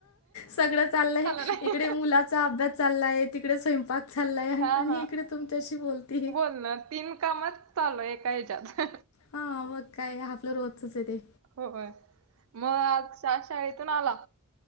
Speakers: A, on the left (about 80°); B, on the right (about 70°).
A: सगळं चाललं आहे
B: नाही.
A: इकडे मुलाचा अभ्यास चालला आहे. तिकडे स्वयंपाक चाललाय आहे
B: हा
A: आणि
B: हा
A: ही इकडे तुमच्याशी बोलती ह.
B: बोलण तीन कामात चालू एका हच्यात.
A: हा मग काय हाफल र होतचच आहे ते.
B: होय मग आज शाळेतून आला.